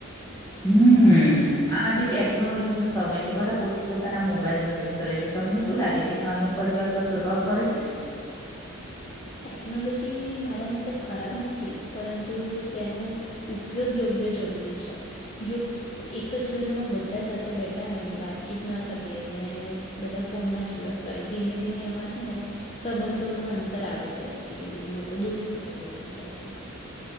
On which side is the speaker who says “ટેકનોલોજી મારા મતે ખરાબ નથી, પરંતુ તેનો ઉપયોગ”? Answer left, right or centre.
Left